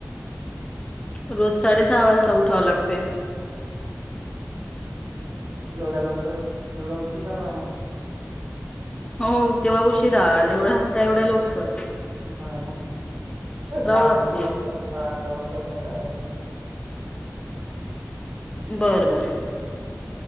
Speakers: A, on the left (about 15°); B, on the right (about 50°).
A: रोज साडे सहा वाजता उठाव लागते <unintelligible>
B: एवढ्या लवकर एवढ्या उशीिकणार मग <unintelligible>
A: हो तेव्हा उशिरा एवढ्या असता एवढ्या लोककर
B: हा म दहा
A: लागते.
B: अकरा वाजता दहा अकरा वाजता उठायच आराम
A: बरं बरं <unintelligible>